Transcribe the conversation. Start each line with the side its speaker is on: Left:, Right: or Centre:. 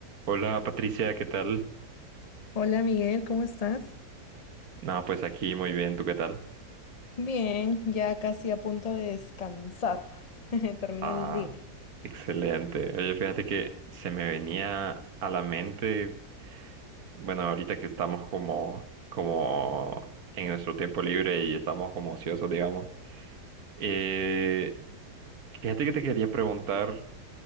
Right: Hola Patricia, ¿qué tal?
Left: Hola Miguel, ¿cómo estás?
Right: No, pues aquí muy bien, ¿tú qué tal?
Left: Bien, ya casi a punto de descansar. <laughs> Termino
Right: Ah,
Left: el día.
Right: excelente. Oye, fíjate que se me venía a la mente, bueno, ahorita que estamos como, como en nuestro tiempo libre y estamos como ociosos, digamos. Eh, fíjate que te quería preguntar